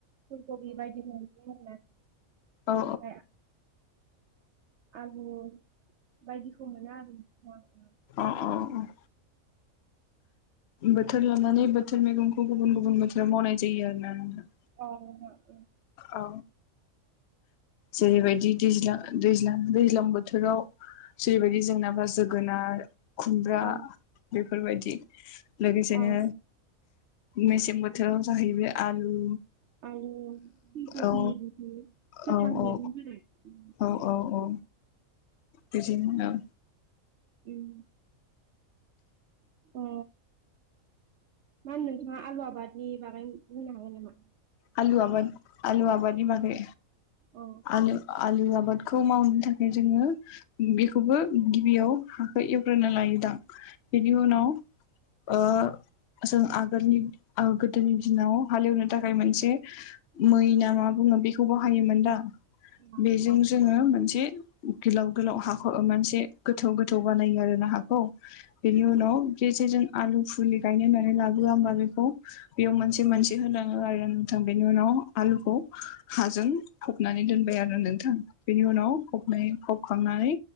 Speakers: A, on the right; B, on the left.
A: फुल कबि बायदिफोर <unintelligible>
B: औ
A: ओमफाय आलु बायदिखौ मोनो आरो नोंथां।
B: औ औ बोथोर लानानै बोथोर मैगंखौ गुबुन गुबुन बोथोराव मावनाय जायो आरो ना नोंथां।
A: औ।
B: औ। जेरैबायदि दैज्लां दैज्लां दैज्लां बोथोराव जेरैबायदि जोंनाबा जोगोनार खुमब्रा
A: अ
B: बेफोरबायदि लोगोसेनो
A: अ
B: मेसें बो थोराव जाहैबाय आलु।
A: आलु फुल कबि
B: औ
A: बेफोर गोथां
B: औ
A: मेगं
B: औ
A: फोरा उम।
B: औ औ औ। बिदिनो ओं।
A: उम। ओ मा होनो नोंथाङा आलु आबादनि बागै बुंनो हागोन नामा?
B: आलु आबाद आलु आबादनि बागै
A: औ
B: आलु आलु आ बादखौ मावनो थाखाय जोङो बेखौबो गिबियाव हाखौ एवग्रोना लायोदां बेनि उनाव
A: औ अ
B: ओ जों आगोलनि गोदोनि दिनाव हालेवनो थाखाय मोनसे मै ना मा बुंङो बेखौ बाहायोमोन दा
A: नोंथां
B: बेजों जोङो मोनसे गोलाव गोलाव हाखौ मोनसे गोथौ गोथौ बानायो आरो ना हा औ। बेनि उनाव गेजेजों आलु फुलि गायनो होननानै लाबोआ होमबा बेखौ बेयाव
A: औ
B: मोनसे मोनसे होलां ङो आरो नोथां बेनि उनाव आलुखौ हाजों फबनानै दोनबाय आरो नोंथां बेनि उनाव फबनाय फबखांनानै